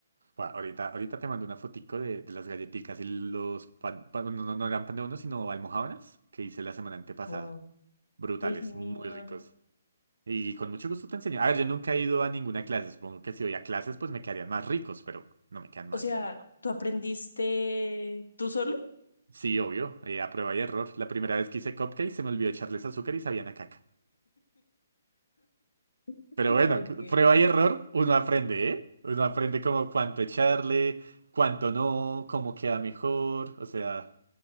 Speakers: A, on the right; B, on the left.
A: Buah, ahorita, ahorita te mando una fotico de, de las galletitas y los pan, pan- no, no, no eran pan de uno, sino almojábanas que hice la semana antepasada.
B: Wow,
A: Brutales,
B: qué genial.
A: muy ricos. Y con mucho gusto te enseño. A ver, yo nunca he ido a ninguna clase. Supongo que si voy a clases, pues me quedarían más ricos, pero no me quedan
B: O
A: mal,
B: sea,
A: ¿eh?
B: ¿tú aprendiste tú solo?
A: Sí, obvio. eh, a prueba y error. La primera vez que hice cupcakes se me olvidó echarles azúcar y sabían a caca.
B: <laughs>
A: Pero bueno,
B: Ok.
A: prueba y error, uno aprende, ¿eh? Uno aprende como cuánto echarle, cuánto no, cómo queda mejor. O sea,